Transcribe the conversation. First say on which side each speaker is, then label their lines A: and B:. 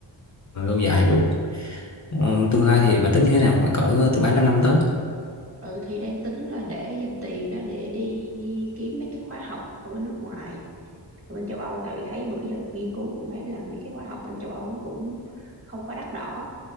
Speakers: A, on the left; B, on the right.
A: lâu dài được Ờ, tương lai thì bà tính như thế nào khoảng cỡ từ 3 năm năm tới
B: ừ thì đang tính là để dành tiền đó để đi kiếm mấy cái khóa học ở bên nước ngoài ở bên châu Âu tại vì thấy bữa giờ nghiên cứu cũng thấy là mấy cái khóa học bên châu Âu nó cũng không quá đắt đỏ